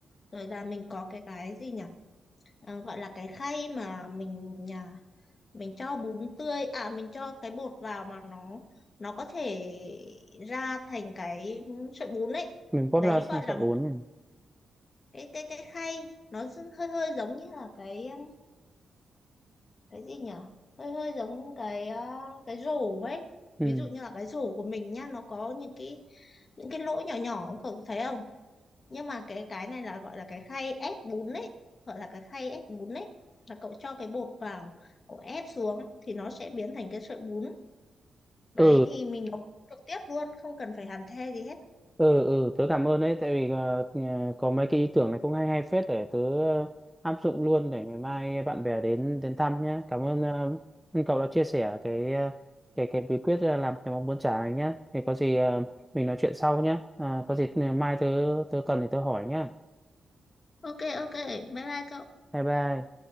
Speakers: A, on the left; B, in the centre.
A: rồi là mình có cái cái gì nhỉ Ờ, gọi là cái khay mà mình à, mình cho bún tươi à mình cho cái bột vào mà nó nó có thể ra thành cái sợi bún ấy
B: mình bóp
A: đấy
B: ra sang
A: gọi
B: sợi
A: là một
B: bún này.
A: cái cái cái khay nó hơi hơi giống như là cái ờ, cái gì nhỉ hơi hơi giống cái à, cái rổ ấy
B: ừ
A: ví dụ như là cái rổ của mình nhá nó có những cái những cái lỗ nhỏ nhỏ cậu thấy không nhưng mà cái cái này là gọi là cái khay ép bún đấy gọi là cái khay ép bún đấy là cậu cho cái bột vào cậu ép xuống thì nó sẽ biến thành cái sợi bún đấy
B: ừ
A: thì mình nấu trực tiếp luôn không cần phải hàn the gì hết
B: ừ ừ tớ cảm ơn đấy tại vì ờ, ờ, có mấy cái ý tưởng này cũng hay hay phết để tớ ờ, áp dụng luôn để ngày mai bạn bè đến đến thăm nhé cảm ơn ờ, ơn cậu đã chia sẻ cái ờ, cái cái bí quyết ờ, làm cái món bún chả này nhé thì có gì ờ, mình nói chuyện sau nhé à, có gì ừ, mai tớ tớ cần thì tớ hỏi nhé
A: ok ok bye bye cậu
B: bye bye